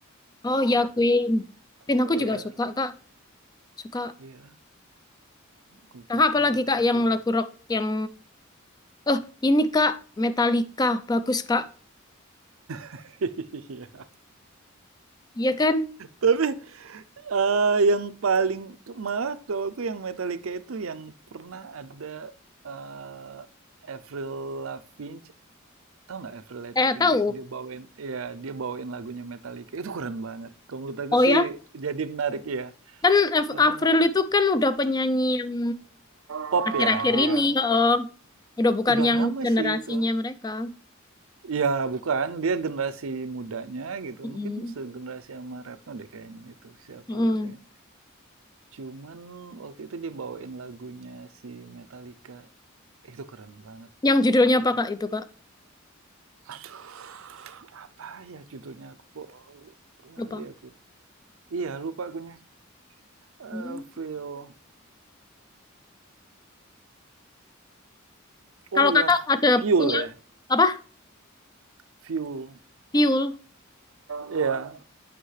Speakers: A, on the left; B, on the right.
A: Oh ya, Queen. Queen
B: Eh,
A: aku juga
B: Iya.
A: suka, Kak. Suka.
B: Iya, grup-grup
A: Kakak apalagi,
B: luar
A: Kak,
B: itu.
A: yang lagu rock yang... Eh, ini, Kak. Metallica. Bagus, Kak.
B: <laughs> Iya.
A: Iya kan?
B: Tapi eh, yang paling malah kalau aku yang Metallica itu yang pernah ada eh, Avril Lavigne, tau nggak Avril Lavigne?
A: Eh, tahu.
B: Dia bawain, ya dia bawain lagunya Metallica itu keren banget. Kalau menurut aku
A: Oh ya?
B: sih jadi menarik ya,
A: Kan Af-
B: karena
A: Avril itu kan udah penyanyi yang
B: pop
A: akhir-akhir
B: ya dia.
A: ini. Oh, udah bukan
B: Udah
A: yang
B: lama
A: generasinya
B: sih itu.
A: mereka.
B: Ya bukan, dia generasi mudanya gitu,
A: Mm-mm.
B: mungkin segenerasi sama Retno deh kayaknya itu si Avril
A: Mm-mm.
B: Lavigne. Cuman waktu itu dia bawain lagunya si Metallica. Itu keren banget,
A: Yang judulnya
B: cocok.
A: apa, Kak, itu, Kak?
B: Aduh, apa ya judulnya? Aku kok lali
A: Lupa.
B: aku. Iya, lupa akunya. Eh,
A: Hmm.
B: Fuel. Oh
A: Kalau
B: iya,
A: kakak ada
B: Fuel
A: punya...
B: ya.
A: apa?
B: Fuel.
A: Piul.
B: Iya.